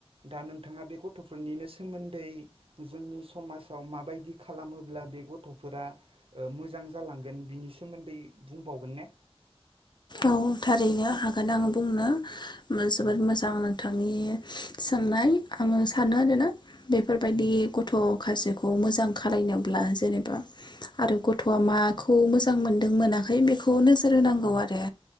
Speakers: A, on the right; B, on the left.
A: दा नोंथाङा बे गथ'फोरनिनो सोमोन्दै जोंनि समाजाव माबायदि खालामोब्ला बे गथ'फोरा ओ मोजां जालांगोन बिनि सोमोन्दै बुंबावगोन ने?
B: औ थारैनो हागोन आं बुंनो। ओम जोबोर
A: औ
B: मोजां नों थांनि सोंनाय आङो सानो आरोना बेफोरबायदि
A: उम
B: गथ' माखासेखौ मोजां खालायनोब्ला जेनेबा आरो गथ'आ माखौ मोजां मोनदों मोनाखै बे खौ नोजोर होनांगौ
A: औ
B: आरो